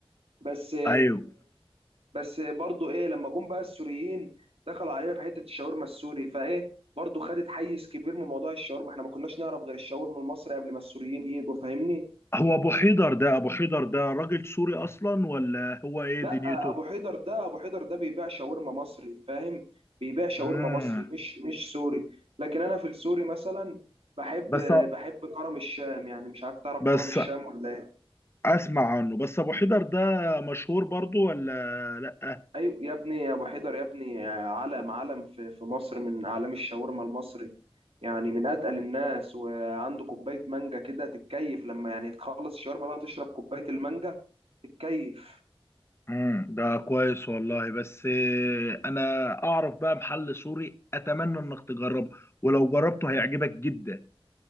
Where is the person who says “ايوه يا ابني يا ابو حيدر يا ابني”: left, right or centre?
Right